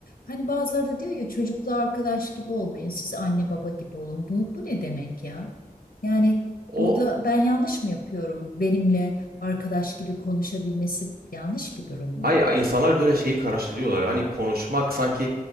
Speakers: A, on the left; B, on the right.
A: Hani bazıları da diyor ya çocukla arkadaş gibi olmayın, siz anne baba gibi olun. Bu, bu ne demek ya? Yani
B: o
A: burada ben yanlış mı yapıyorum? Benimle arkadaş gibi konuşabilmesi yanlış bir durum mu?
B: Hayır, insanlar böyle şeyi karıştırıyorlar. Hani konuşmak sanki